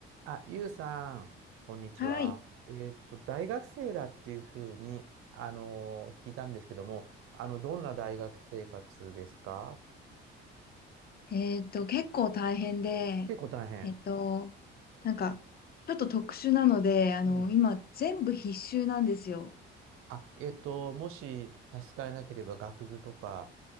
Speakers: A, on the right; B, on the left.
A: あ、ゆうさん、こんにちは。
B: はい。
A: えっと、大学生だっていうふうに、あのー聞いたんですけども、あの、どんな大学生活ですか
B: えっと、結構大変で、
A: 結構大変。
B: えっと、なんか、ちょっと特殊なので、あの、
A: うん。
B: 今、全部必修なんですよ。
A: あ、えっと、もし差し支えなければ、学部とか、